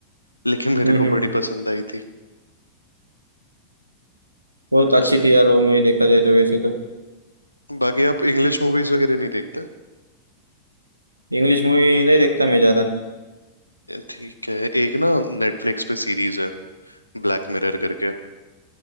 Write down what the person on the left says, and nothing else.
लेकिन मेरे
को
बड़ी पसंद आई थी
बट्स
बाकी आप इंग्लिश मूवीज वगैरह नहीं देखते
ठीक है एक ना नेटफ्लिक्स पे सीरीज है ब्लैक मिरर करके